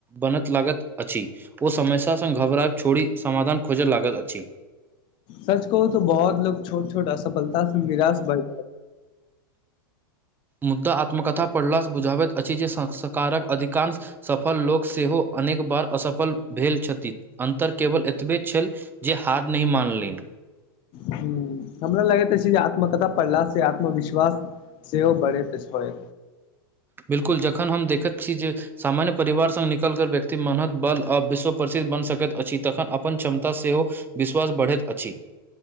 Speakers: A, on the right; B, on the left.
A: बनत लागत अछि ओ समस्या सँ घबराब छोड़ि समाधान खोज लागत अछि।
B: सच कहू तो बहुत लो छोट छोट असफलता से निराश बए
A: मुदा आत्मकथा पढ़लासँ बुझाबैत अछि जे संस्कारक अधिकांश सफल लोक सेहो अनेक बार असफल भेल छथिन अन्तर केवल एतबे छल। जे हार नहि मानलेनय
B: ह हमरा लगैत अछि जे आत्म कतऽ पड़ला से आत्मविश्वास सेहो बढ़ैत अछि।
A: बिल्कूल जखन हम देखैत छी जे सामान्य परिवार संघ निकलिक व्यक्ति माननत बल आ विश्व प्रसिद्ध बनि सकैत अछि तखन अपन क्षमता सेहो विश्वास बढ़ैत अछि।